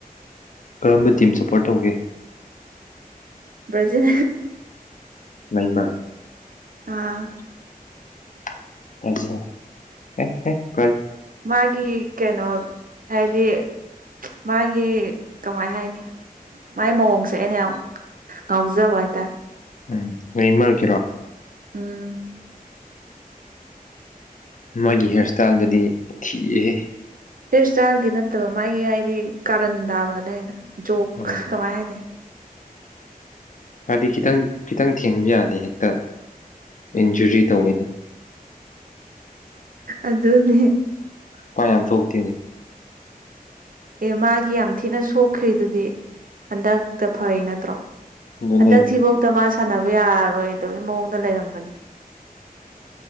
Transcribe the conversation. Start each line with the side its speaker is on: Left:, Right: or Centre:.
Left: ꯀꯔꯝꯕ ꯇꯤꯝ ꯁꯄꯣꯔꯠ ꯇꯧꯒꯦ
Right: ꯕ꯭ꯔꯖꯤꯜ
Left: ꯂꯩꯃ
Right: ꯑꯥ
Left: ꯖ
Right: ꯃꯥꯒꯤ ꯀꯩꯅꯣ ꯍꯥꯏꯗꯤ ꯃꯥꯒꯤ ꯀꯃꯥꯏ ꯍꯥꯏꯅꯤ ꯃꯥꯏ ꯃꯑꯣꯡꯁꯦ ꯑꯩꯅ ꯌꯥꯝ ꯉꯥꯎꯖꯕ ꯍꯥꯏꯇꯥꯔꯦ
Left: ꯎꯝ ꯅ ꯏꯃꯥ ꯑꯣꯏ ꯀꯔꯣ
Right: ꯎꯝ
Left: ꯃꯥꯒꯤ ꯍꯤꯌꯥꯔ ꯏꯁꯇꯥꯏꯜꯗꯨꯗꯤ ꯊꯤꯌꯦ
Right: ꯍꯦꯌꯔ ꯏꯁꯇꯥꯏꯜꯒꯤ ꯅꯠꯇꯕ ꯃꯥꯒꯤ ꯍꯥꯏꯗꯤ ꯀꯥꯔꯟ ꯇꯥꯕ ꯑꯗꯨꯗꯥꯏꯗ
Left: ꯎꯝ
Right: ꯀꯃꯅꯦ
Left: ꯃꯥꯗꯤ ꯈꯤꯇꯪ ꯈꯤꯇꯪ ꯊꯦꯡꯕ ꯌꯥꯗꯦ ꯍꯦꯛꯇ ꯏꯟꯖꯨꯔꯤ ꯇꯧꯋꯤꯅꯤ
Right: ꯑꯗꯨꯗꯅꯦ
Left: ꯄꯄꯥ ꯌꯥꯝ ꯊꯣꯛꯇꯦꯅꯦ
Right: ꯑꯦ ꯃꯥꯒꯤ ꯌꯥꯝ ꯊꯤꯅ ꯁꯣꯛꯈ꯭ꯔꯤꯗꯨꯗꯤ ꯍꯟꯗꯛꯇ ꯐꯩ ꯅꯠꯇ꯭ꯔꯣ
Left: ꯑꯗꯨꯅꯦ
Right: ꯍꯟꯗꯛꯁꯤꯤꯐꯧꯇ ꯃꯥ ꯁꯥꯟꯅꯕ ꯌꯥꯔꯔꯣꯏꯗꯒꯤ ꯃꯑꯣꯡꯗ ꯂꯩꯔꯝꯕꯅꯦ